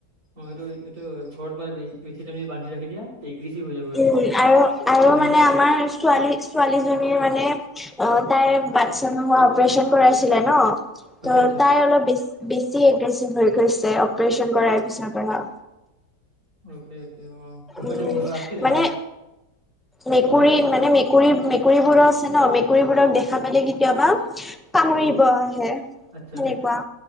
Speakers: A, on the right; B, in the centre.
A: অ এইটো এইটো ঘৰত মানে বেছি তুমি বান্ধি ৰাখি দিয়া অগ্ৰেছিভ হৈ যাব এইটো
B: উম আৰু আৰু
A: তে এনেকুৱা।
B: মানে আমাৰ ছোৱালী ছোৱালীজনীৰ মানে অ তাইৰ বাচ্ছা নোহোৱা তাৰ অপাৰেচন কৰাইছিলে ন
A: আচ্ছা
B: ত
A: আচ্ছা
B: তাই অলপ বেছ বেছি এগ্ৰেছিভ হৈ গৈছে অপাৰেচন কৰাৰ পিছৰ পৰা
A: অকে অকে অ গম পাইছো
B: উম
A: মই আছি
B: মানে
A: অ'
B: মেকুৰী
A: উম কোৱা
B: মানে ম মেকুৰী মেকুৰীবোৰো আছে ন মেকুৰীবোৰক দেখা পালে কিন্তু আমাক কামুৰিব
A: অ'
B: আহে
A: আচ্ছা।
B: সেনেকুৱা